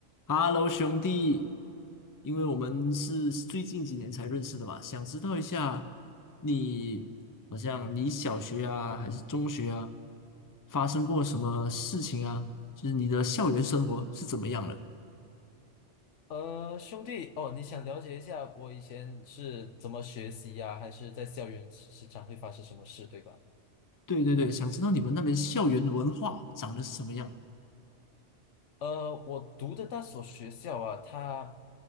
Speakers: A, on the left (about 20°); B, on the left (about 75°).
A: Hello，兄弟，因为我们是最近几年才认识的嘛，想知道一下你，好像你小学啊，还是中学啊，发生过什么事情啊？就是你的校园生活是怎么样的？
B: 呃，兄弟，哦，你想了解一下我以前是怎么学习呀、还是在校园时常会发生什么事，对吧？
A: 对对对，想知道你们那边校园文化长得是什么样？
B: 呃，我读的那所学校啊，它